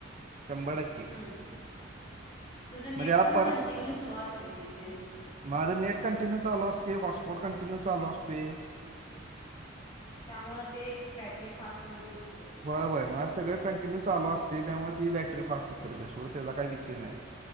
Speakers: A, on the right; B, on the left.
A: शंभर टक्क
B: हम् तुझं नेट
A: मग याला
B: पण
A: परत
B: कंटिन्यूस असते इथे
A: माझं नेट कंटिन्यू चालू असते हॉटस्पॉट कंटिन्यू चालू असते
B: त्यामुळे ते बॅटरी फास्टमध्ये उतल
A: हय होयझ सगळळे कंटिन्यू चालू असते त्यामुळे ती बॅटरी फास्ट उतर त्या सो त्याचा काही विषय नाही